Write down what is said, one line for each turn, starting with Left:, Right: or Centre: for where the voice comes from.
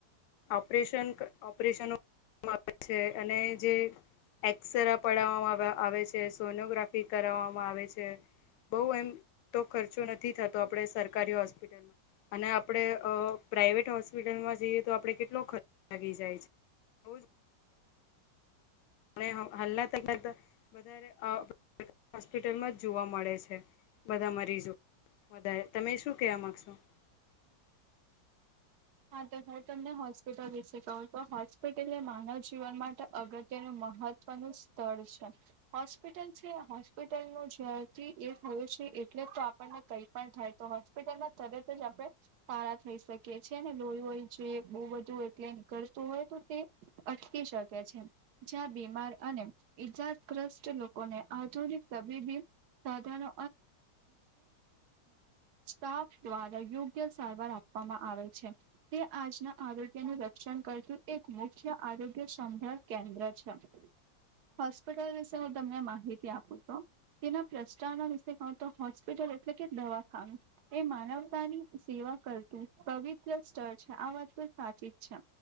Left: ઓપરેશન ઓપરેશનો આવે છે અને જે એક્સરા પડાવવામાં આવે છે, સોનોગ્રાફી કરાવવામાં આવે છે. બઉ એમ તો ખર્ચો નથી થતો આપડે સરકારી હોસ્પિટલમાં અને આપણે અ પ્રાાઈવેટ હોસ્પિટલમાં જઈએ તો આપડે કેટલો ખર્ચો આવી જાય છે. બો જ અને હાલના <unintelligible> વધારે હોસ્પિટલમાં જ જોવા મળે છે. બધા મરીજો વધારે તમે શું કેવા માંગશો?
Right: હા તો હું તમને હોસ્પિટલ વિશે કહું તો હોસ્પિટલ એ માનવ જીવન માટે અગત્યનું મહ મહત્વનું સ્થળ છે હોસ્પિટલ છે. હોસ્પિટલ નું જ્યારથી એ હોય છે એટલે તો આપણને કઈ પણ થાય તો હોસ્પિટલમાં તરત જ આપડે સારા થઈ શકીએ છીએ. છે ને લોહી હોય જો બહ બધું એટલે કરતું હોય તો તે અટકી શકે છે બીમાર અને ઈજગ્રસ્ત લોકોને આધુનિક તબીબી સાધનો સ દ્વારા યોગ્ય સારવાર આપવામાં આવે તે આજના આરોગ્ય નું રક્ષણ કરતું એક મુખ્ય આરોગ્ય સંભાળ કેન્દ્ર અચ્છા હોસ્પિટલ વિશે હું તમને માહિતી આપું તો તેના પ્રષ્ટારના વિશે કહું તો હોસ્પિટલ એટલે કે દવાખાનું એ માનવતાની સેવા કરતું પવ સ્ત છે આ વાત તો સાચી જ છે